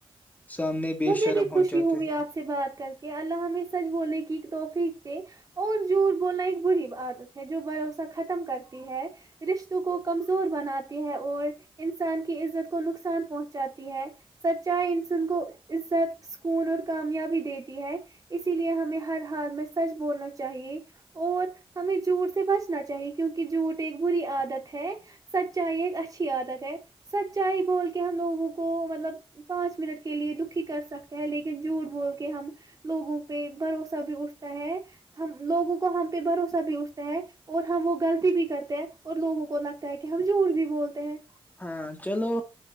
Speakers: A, on the left (about 15°); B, on the right (about 35°).
A: سامنے بے
B: مجھے
A: شرم
B: بھی خوشی
A: ہو جاتے
B: ہوگی آپ
A: ہیں
B: سے بات کر کے اللہ ہمیں سچ بولے کی ایک توحفی اور ج بولنا ایک بری عادت ہے جو بھروسہ ختم کرتی ہے رشتوں کو کمزور بناتی ہے اور انسان کی عزت کو نقصان پہنچاتی ہے سچائی ان سن کو سکون اور کامیابی دیتی ہے اسی لیے ہمیں ہر حال میں سچ بولنا چاہیے اور ہمیں جوٹ سے بچنا چاہیے کیونکہ جوٹ ایک بری عادت ہے سچائی ایک اچھی عادت ہے سچائی بول کے ہم لوگوں کو مطلب پانچ منٹ کے لیے د کر سکتا ہے لیکن جھوٹ بول کے ہم لوگوں پہ بھروسہ بھی اٹھتا ہے ہم لوگوں کو ہم پہ بھروسہ بھی اٹھتا ہے اور ہم وہ غلطی بھی کرتے ہیں اور لوگوں کو لگتا ہے کہ ہم جھوٹ بھی بولتے ہیں
A: ہاں چلو